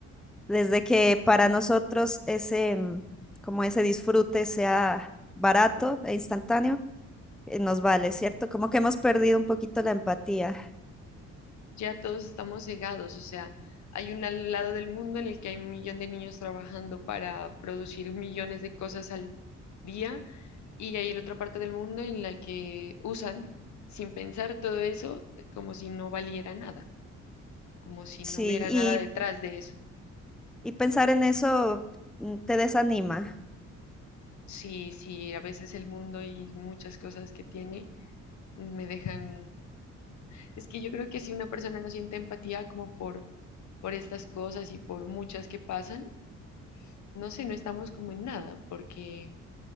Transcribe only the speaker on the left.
ya todos estamos cegados, o sea, hay un al- lado del mundo en el que hay un millón de niños trabajando para producir millones de cosas al día y hay la otra parte del mundo en la que usan sin pensar todo eso como si no valiera nada, como si
no hubiera
nada detrás de eso.
Sí, sí, a veces el mundo y muchas cosas que tiene me dejan... Es que yo creo que si una persona no siente empatía como por, por estas cosas y por muchas que pasan, no sé, no estamos como en nada, porque